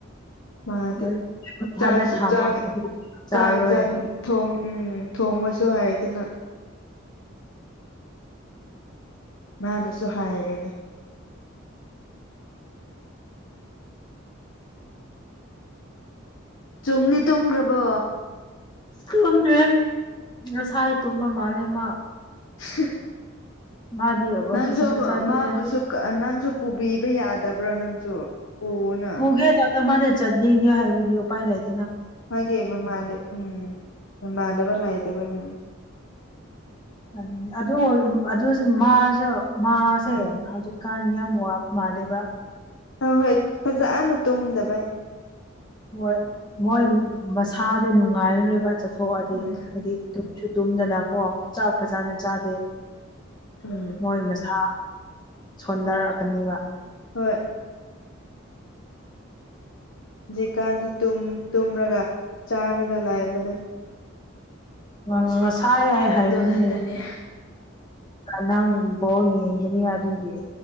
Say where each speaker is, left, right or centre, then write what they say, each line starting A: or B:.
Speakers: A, on the left; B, on the left.
A: ꯃꯥꯗꯤ
B: ꯃꯊꯟꯗ
A: ꯆꯥꯛꯁꯨ
B: ꯊꯝꯃ
A: ꯆꯥꯛ
B: ꯆꯥꯔꯣꯏ
A: ꯆꯥꯛ ꯌꯦꯟꯁꯥꯡ ꯊꯣꯡ ꯎꯝ ꯊꯣꯡꯕꯁꯨ ꯍꯥꯏꯗꯅ ꯃꯥꯅꯁꯨ ꯍꯥꯏꯒꯅꯤ ꯆꯨꯝꯅꯤ ꯇꯨꯝꯈ꯭ꯔꯕ
B: ꯇꯨꯝꯗ꯭ꯔꯦ ꯉꯁꯥꯏ ꯇꯨꯝꯕ ꯃꯥꯜꯂꯦ ꯃꯥ
A: <inaudible>
B: ꯃꯥꯗꯤ ꯋꯥꯛꯀꯤꯡꯁꯨ
A: ꯅꯪꯁꯨ
B: ꯆꯠꯇꯦ
A: ꯃꯥꯕꯨꯁꯨ ꯅꯪꯁꯨ ꯄꯨꯕꯤꯕ ꯌꯥꯗꯕ꯭ꯔꯣ ꯅꯪꯁꯨ ꯄꯨꯅ
B: ꯄꯨꯒꯦ ꯇꯅ ꯃꯥꯅ ꯆꯠꯅꯤꯡꯗꯦ ꯍꯥꯏꯕꯒꯤ ꯎꯄꯥꯏ ꯂꯩꯇꯦ
A: ꯃꯥꯒꯤ ꯃꯃꯥꯟ ꯎꯝ ꯃꯃꯥꯟꯅꯕ ꯂꯥꯏꯇꯕꯒꯤꯅꯤ
B: ꯑꯗꯨ ꯑꯗꯨ ꯑꯗꯨꯁꯨ ꯃꯥꯁꯨ ꯃꯥꯁꯦ
A: ꯎꯝ
B: ꯍꯧꯖꯤꯛꯀꯥꯟ ꯌꯥꯝ ꯋꯥꯕ ꯃꯥꯅꯦꯕ
A: ꯑ ꯍꯣꯏ ꯐꯖꯛꯑꯅ ꯇꯨꯝꯗꯕ
B: ꯍꯣꯏ ꯃꯣꯏ ꯃꯁꯥꯗꯣ ꯅꯨꯡꯉꯥꯏꯔꯦꯕ ꯆꯠꯊꯣꯛꯑꯗꯤ
A: ꯎꯝ
B: ꯍꯥꯏꯗꯤ ꯁꯨ ꯇꯨꯝꯗꯅꯀꯣ ꯆꯥꯛ ꯐꯖꯅ ꯆꯥꯗꯦ
A: ꯎꯝ
B: ꯃꯣꯏ ꯃꯁꯥ ꯁꯣꯟꯊꯔꯛꯀꯅꯤꯕ
A: ꯍꯣꯏ ꯖꯤꯀꯥꯟꯗ ꯇꯨꯝꯔꯒ ꯆꯥꯔꯒ ꯂꯥꯏꯕꯗ
B: ꯎ ꯉꯁꯥꯏ ꯌꯥ ꯍꯥꯏꯕꯅꯦ
A: ꯑꯗꯨ ꯈꯛꯇꯅꯦ
B: ꯅꯪꯕꯣ ꯌꯦꯡꯒꯅꯤ ꯑꯗꯨꯒꯤ